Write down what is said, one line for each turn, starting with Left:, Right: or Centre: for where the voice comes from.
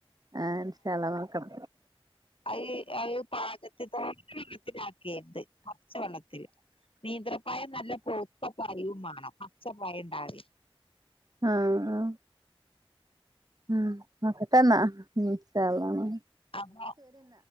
Right: ആഹ ഇഷ വക്കം
Left: അത് അ പാകത്തി തച്ച വെള്ളത്തില ആാക്കിയുണ്ട് കുറച്ച വെള്ളത്തില് നീന്ത്രപ്പായം നല്ല പൗത്തപ്പയും വേണം പച്ചപ്പഴം ഉണ്ടാവ
Right: ആഹ ആഹ ഉം നോക്കട്ടെ ന്നാ ഇന്ഷാ അല്ലഹ്
Left: അ ന